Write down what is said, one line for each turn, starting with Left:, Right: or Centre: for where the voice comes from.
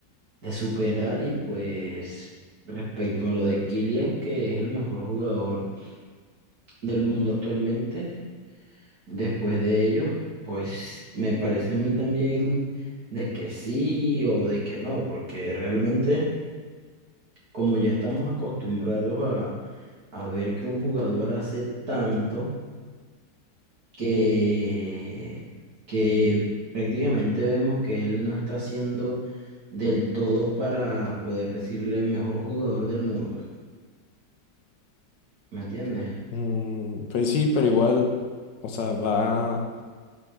Right: de superar y pues respecto a lo de Kylian, que es el mejor jugador del mundo actualmente, después de ellos, pues me parece a mí también de que sí o de que no, porque realmente... como ya estamos acostumbrados a, a ver que un jugador hace tanto que, que prácticamente vemos que él no está haciendo del todo para poder decirle mejor jugador del mundo. ¿Me entiendes?
Left: Mm, pues sí, pero igual, o sea, va,